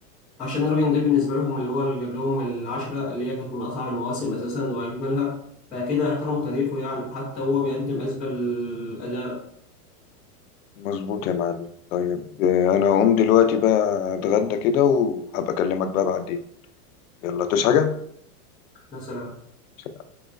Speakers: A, in the centre; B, on the left.
A: عشان الراجل ده بالنسبه لهم اللي هو اللي جاب لهم العشره اللي هي كانت من اصعب المواسم اساسا واجملها فكده احترموا تاريخه يعني حتى هو بيقدم اسبل اداء
B: مظبوط يا معلم طيب آه، انا هقوم دلوقتي بقى اتغدى كده وهبقى اكلمك بقى بعدين يلا تصحى
A: مثلا
B: حاجه